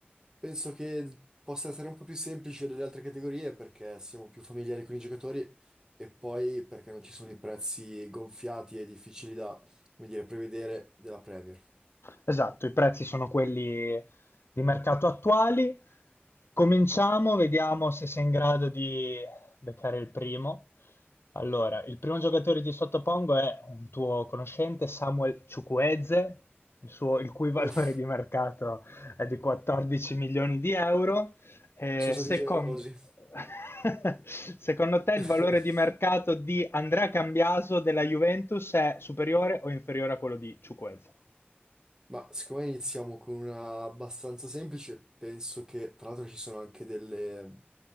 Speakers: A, on the right (about 15°); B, on the left (about 80°).
A: Penso che possa essere un po' più semplice delle altre categorie perché siamo più familiari con i giocatori e poi perché non ci sono i prezzi gonfiati e difficili da, come dire, prevedere della Premier.
B: Esatto, i prezzi sono quelli di mercato attuali. Cominciamo, vediamo se sei in grado di beccare il primo. Allora, il primo giocatore che ti sottopongo è un tuo conoscente, Samuel Chukwueze, il suo- il cui <laughs> valore
A: Uff,
B: di mercato è di 14 milioni di euro. Eh,
A: sono
B: secon-
A: stati generosi.
B: <laughs> Secondo te il
A: <laughs>
B: valore di mercato di Andrea Cambiaso della Juventus è superiore o inferiore a quello di Chukwueze?
A: Ma siccome iniziamo con una abbastanza semplice, penso che tra l'altro ci sono anche delle,